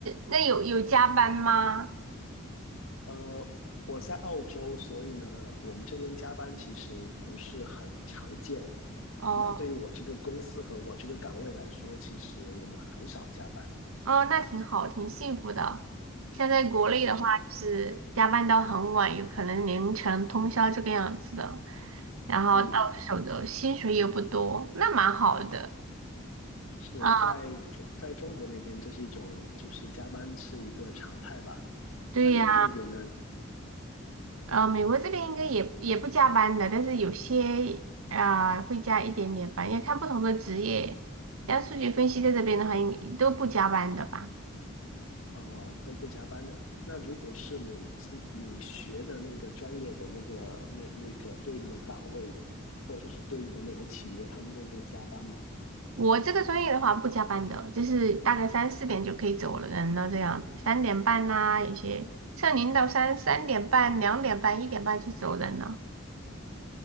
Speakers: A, on the right (about 85°); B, on the left (about 80°).
A: 那有有加班吗？
B: 呃，我在澳洲，所以呢，我们这边加班其实不是很常见。
A: 哦。
B: 那对于我这个公司和我这个岗位来说，其实我们很少加班。
A: 哦，那挺好，挺幸福的。现在国内的话，
B: 是的，
A: 就是加班到很晚，有可能凌晨通宵这个样子的，然后到手的薪水又不多，
B: 嗯，
A: 那蛮好的。
B: 是在在中国那边，
A: 啊，
B: 这是一种就是加班是一个常态吧？
A: 对呀，
B: 那你们那边呢？
A: 呃，美国这边应该也也不加班的，但是有些啊、会加一点点班，要看不同的职业。像数据分析在这边的话，应都不加班的吧？
B: 哦，都不加班的。那如果是你自你学的那个专业的那个那那个对应的岗位，或者是对应的那种企业，他们那边加班吗？
A: 我这个专业的话不加班的，就是大概三四点就可以走了人了这样子，三点半呐、有些像零到三三点半、两点半、一点半就走人了。